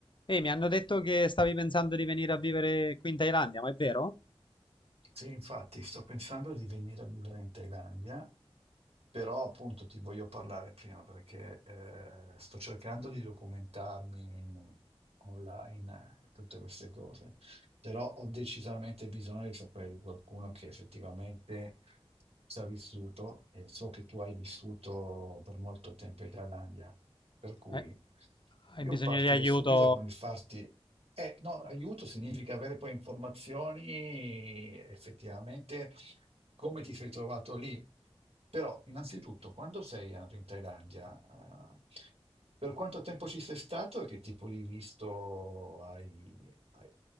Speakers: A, on the left; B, on the right.
A: Ehi, mi hanno detto che stavi pensando di venire a vivere qui in Thailandia, ma è vero?
B: Sì, infatti sto pensando di venire a vivere in Thailandia, però appunto ti voglio parlare prima perché eh, sto cercando di documentarmi online, eh, tutte queste cose, però ho decisamente bisogno di sapere di qualcuno che effettivamente ci ha vissuto e so che tu hai vissuto per molto tempo in Thailandia, per cui
A: Eh, hai
B: io
A: bisogno
B: partirei
A: di aiuto?
B: subito con il farti eh, no, aiuto significa avere poi informazioni effettivamente come ti sei trovato lì. Però, innanzitutto, quando sei andato in Thailandia, eh, per quanto tempo ci sei stato e che tipo di visto hai, hai-